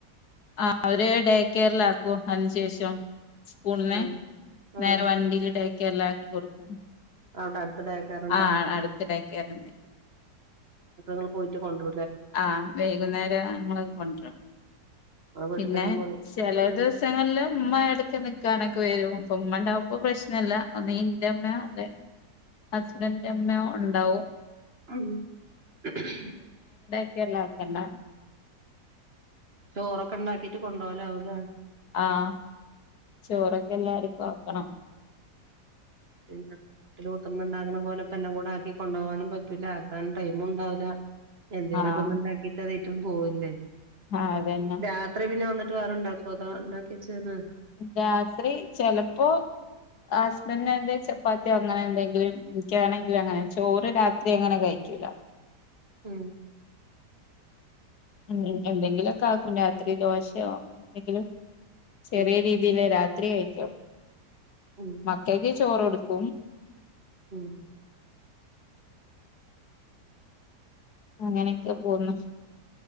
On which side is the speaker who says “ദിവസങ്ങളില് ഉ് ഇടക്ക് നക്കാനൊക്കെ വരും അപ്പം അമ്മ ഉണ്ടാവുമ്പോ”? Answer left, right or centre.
Left